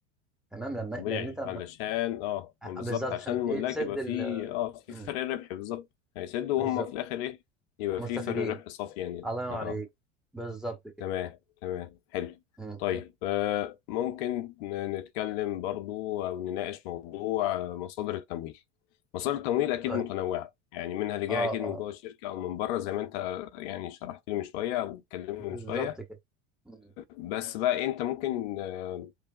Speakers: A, in the centre; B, on the left.
A: تمام لما
B: طبيعي
A: لان انت لما
B: علشان اه
A: آه،
B: ما بالظبط
A: بالظبط
B: عشان
A: عشان
B: الملاك
A: ايه تسد
B: يبقى
A: ال
B: فيه اه في
A: مم.
B: فرق ربح بالظبط هيسدوا
A: بالظبط
B: وهم في الاخر ايه يبقى
A: مستفيدين
B: في فرق ربح صافي يعني
A: الله ينور
B: اه
A: عليك بالظبط كده
B: تمام تمام حلو
A: مم.
B: طيب آه ممكن ن- نتكلم برضو او نناقش موضوع آه، مصادر التمويل مصادر التمويل اكيد
A: طيب
B: متنوعة يعني منها اللي جاي
A: اه
B: اكيد
A: اه
B: من جوه الشركة او من بره زي ما انت يعني شرحت لي من شوية او اتكلمنا
A: بالظبط
B: من شوية
A: كده مم.
B: بس بقى إيه، انت ممكن آه،